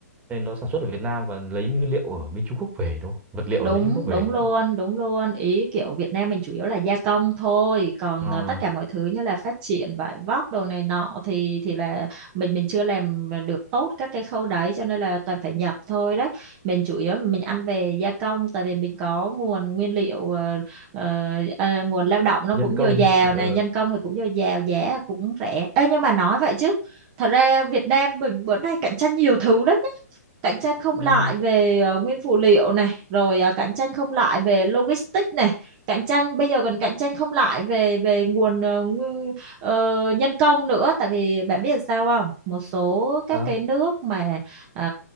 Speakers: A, on the right; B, on the right.
A: nên nó sản xuất ở Việt Nam và lấy nguyên liệu ở bên Trung Quốc về đúng không vật liệu
B: Đúng,
A: lấy Trung Quốc về
B: đúng luôn,
A: đúng không
B: đúng luôn. Ý kiểu Việt Nam mình chủ yếu là gia công thôi, còn
A: Ờ,
B: à, tất cả mọi thứ như là phát triển vải vóc đồ này nọ thì thì là mình mình chưa làm được tốt các cái khâu đấy cho nên là toàn phải nhập thôi đấy. Mình chủ yếu mình ăn về gia công tại vì mình có nguồn nguyên liệu ờ, ờ, à, nguồn lao động nó
A: nhân
B: cũng
A: công
B: dồi dào
A: ờ
B: này, nhân công thì cũng dồi dào, giá cũng rẻ. Ê nhưng mà nói vậy chứ thật ra Việt Nam mình bữa nay cạnh tranh nhiều thứ lắm cạnh tranh không
A: ừ,
B: lại về ờ, nguyên phụ liệu này rồi ờ, cạnh tranh không lại về logistics này cạnh tranh bây giờ còn cạnh tranh không lại về về nguồn ờ, ngu- ờ, nhân công nữa tại vì bạn biết là sao không một số các
A: sao
B: cái nước mà ờ,